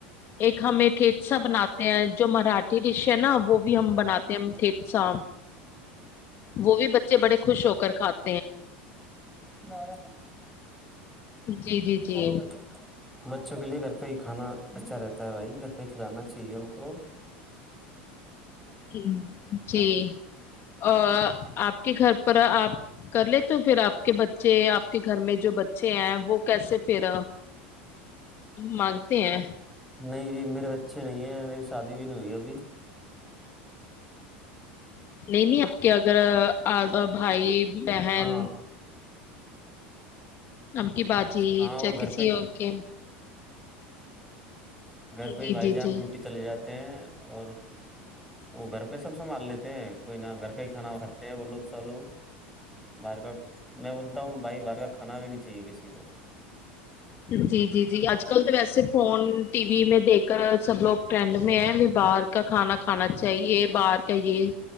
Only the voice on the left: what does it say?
ایک ہمیں ٹھیتسا بناتے ہیں جو مراٹھی ڈش ہے نا وہ بھی ہم بناتے ہیں ھیتسا وہ بھی خوش ہو کر کھاتا
جی جی جی
ہی <unintelligible> جی اور آپ کے گھر پر آپ کر لے تو پھر آپ کے بچے آپ کے گھر میں جو بچے ہیں وہ کیسے پھر مانگتے ہیں
نہیں نہیں کہ اگر آ بھائی بہن
ا کی باجی
چاہ
کسی
اور کے
جی
جی
جی
جی جی جی اج آج کل تو ویسے فون ٹی وی میں دیکھ کر سب لوگ ٹرینڈ میں ہے بھی باہر کا کھانا کھانا چاہیے باہر کا یہ